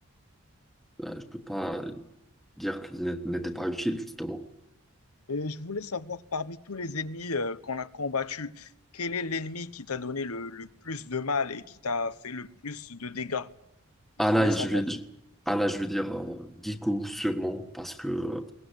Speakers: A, in the centre; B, on the left.
A: euh, je peux pas dire qu'il n'était n'était pas utile, justement.
B: Et je voulais savoir, parmi tous les ennemis euh, qu'on a combattus, quel est l'ennemi qui t'a donné le, le plus de mal et qui t'a fait le plus de dégâts? Je
A: Ah
B: voulais
A: là,
B: savoir.
A: je vais, je- ah là, je vais dire euh, Dico, sûrement, parce que.